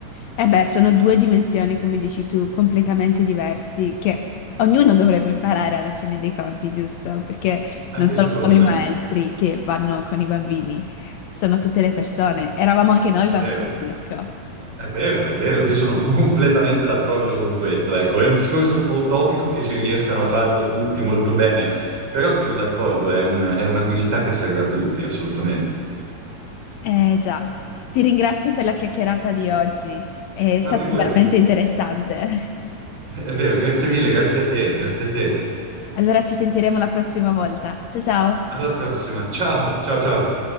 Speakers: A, on the left; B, on the right.
A: E beh, sono due dimensioni, come dici tu, completamente diversi, che ognuno dovrebbe imparare alla fine dei conti, giusto? Perché
B: Anche
A: non sono
B: secondo
A: solo i
B: me.
A: maestri che vanno con i bambini, sono tutte le persone. Eravamo anche noi
B: È
A: bambini,
B: vero,
A: ecco.
B: è vero, è vero. Io sono <laughs> completamente d'accordo con questo. Ecco, è un discorso un po' utopico che ci riescano a farlo tutti molto bene, però sono d'accordo, è una- è un'abilità che serve a tutti, assolutamente.
A: Eh già, ti ringrazio per la chiacchierata di oggi, è
B: Ma
A: stata
B: figurati,
A: veramente interessante. <laughs>
B: <laughs> è vero, grazie mille, grazie a te, grazie a te.
A: Allora ci sentiremo la prossima volta. Ciao ciao!
B: Alla prossima. Ciao, ciao, ciao.